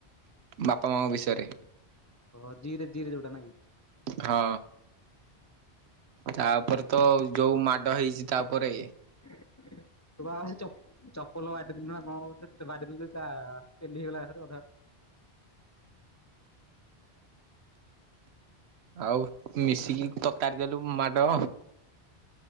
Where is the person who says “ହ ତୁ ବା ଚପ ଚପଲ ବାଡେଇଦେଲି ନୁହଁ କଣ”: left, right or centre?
Left